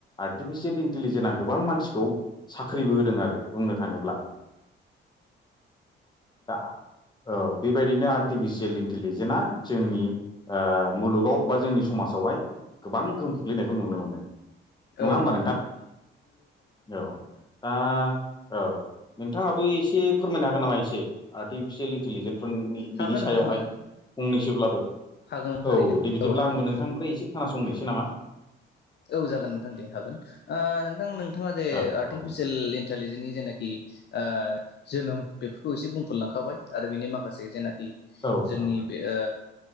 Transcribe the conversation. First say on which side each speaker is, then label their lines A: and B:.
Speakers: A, on the left; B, on the left.
A: आर्टिफिसियेल इन्टेलिजेनआ गोबां मानसिखौ सा खैबो होदों आरो बुंनो थाङोब्ला दा औ बेबायदिनो आर्टिफिसियेल इन्टेलिजेनआ जोंनि मुलुगाव बा जोंनि समाज सावहाय गोबां गोहोम खोख्लैनायखौ नुनो मोनदों नङा
B: औ
A: होमबा
B: नोंथां नोंगौ
A: औ दा औ नोंथाङाबो एसे फोरमायनो हागोन नामा एसे आर्टिफिसियेल इन्टिेलिजेन्सफोरनि
B: हागोन
A: बिनि सायावहाय
B: नोंथां हागोन
A: फंनैसोब्लाबो
B: हागोन नों
A: औ
B: थारैनो
A: दे बिदिब्ला
B: औ हागोन
A: आंबो नोंथांनिफ्राय एसे खोनासंनायसै नामा
B: औ जागोन नोंथां दे हागोन नोंथां नोंथाङा जे
A: औ
B: आर्टिफिसियेल
A: औ
B: इन्टलिजेन्सनि जेनाखि ओ जोनोम बेफोरखौ एसे बुंफोरलांखाबाय आरो बेनि माखासे जेना
A: औ
B: जोंनि
A: औ
B: बे ओ